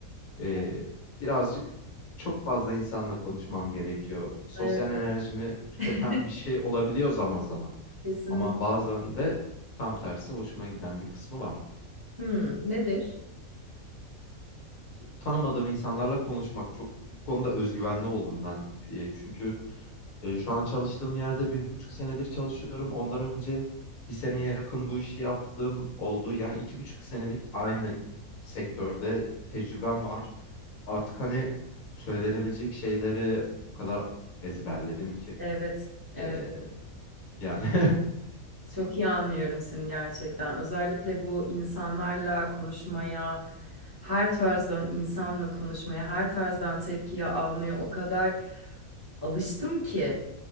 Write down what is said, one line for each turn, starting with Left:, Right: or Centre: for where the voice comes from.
Left: e,
Right: hı.
Left: birazcık çok fazla insanla konuşmam gerekiyor. Sosyal
Right: Evet.
Left: enerjimi tüketen
Right: <laughs>
Left: bir şey olabiliyor zaman zaman.
Right: Kesinlikle.
Left: Ama bazen de tam tersi hoşuma giden bir kısmı var.
Right: Hı, nedir?
Left: Tanımadığım insanlarla konuşmak çok bu konuda özgüvenli oldum ben. E, çünkü e, şu an çalıştığım yerde bir buçuk senedir çalışıyorum. Ondan önce bir seneye yakın bu işi yaptığım oldu. Yani iki buçuk senelik aynı sektörde tecrübem var. Artık hani söylenebilecek şeyleri o kadar ezberledim ki.
Right: Evet, evet.
Left: E, yani <laughs>
Right: Çok iyi anlıyorum seni gerçekten. Özellikle bu insanlarla konuşmaya, her tarzdan insanla konuşmaya, her tarzdan tepkiyi almaya o kadar alıştım ki.